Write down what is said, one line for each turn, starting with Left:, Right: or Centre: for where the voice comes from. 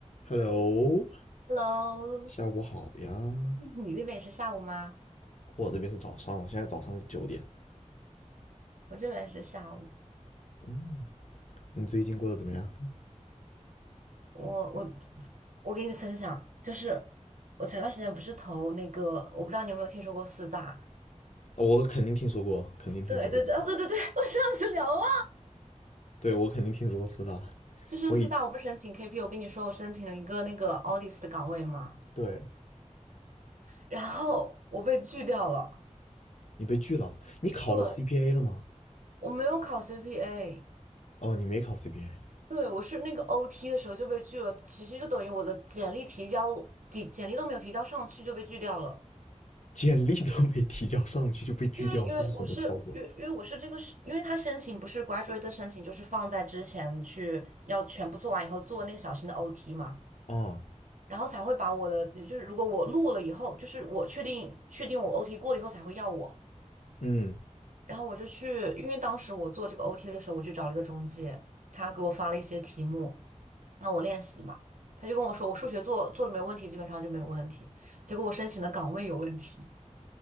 Left: Hello，
Right: Hello，
Left: 下午好呀。
Right: <laughs> 你那边也是下午吗？
Left: 我这边是早上，我现在早上九点。
Right: 我这边也是下午。
Left: 嗯，你最近过得怎么样？
Right: 我我我给你分享，就是我前段时间不是投那个，我不知道你有没有听说过四大？
Left: 我肯定听说过，肯定听说过。
Right: 对对对，哦对对对，我上次聊啊，
Left: 对，我肯定听说过是的。
Right: 就是四大，
Left: 我已，
Right: 我不是申请 KP，我跟你说我申请了一个那个 audit 的岗位嘛，
Left: 对，
Right: 然后我被拒掉了。
Left: 你被拒了。你考了
Right: 对，
Left: CPA 了吗？
Right: 我没有考 CPA，
Left: 哦，你没考 CPA，
Right: 对我是那个 OT 的时候就被拒了，其实就等于我的简历提交，简简历都没有提交上去就被拒掉了。
Left: 简历都没提交上去就被拒掉了，
Right: 因为因为我是因为因为我是这个是，
Left: 这是什么操作？
Right: 因为他申请不是 graduate 的申请，就是放在之前去要全部做完以后做那个小型的 OT 嘛，
Left: 啊，
Right: 然后才会把我的就是如果我录了以后，就是我确定确定我 OT 过了以后才会要我，
Left: 嗯，
Right: 然后我就去，因为当时我做这个 OT 的时候，我去找了一个中介，他给我发了一些题目让我练习嘛，他就跟我说我数学做做的没问题，基本上就没有问题，结果我申请的岗位有问题。